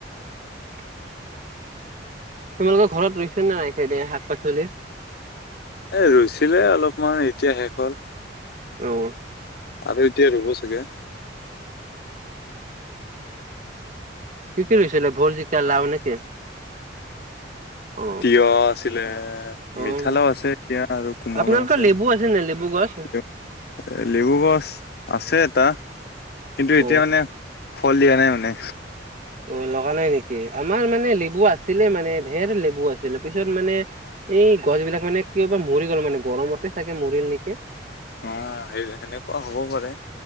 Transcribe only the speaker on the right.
<unintelligible> তোমালোকৰ ঘৰত ৰোইছে নে নাই খেতি শাক -পাচলি।
ৰু।
কি কি ৰৈছিলে ভুল, জিকা, লাও নেকি? অ
অ
আপোনালোকৰ
লেবু নাই লেবু গছ?
অ',
অ লগা নাই নেকি আমাৰ মানে লেবু আছিলে মানে ধেৰ লেবু আছিলে পিছত মানে এ- এই গছ বিলাক মানে কিয়বা মৰি গ'ল মানে গৰমতে চাগে মৰিল নেকি।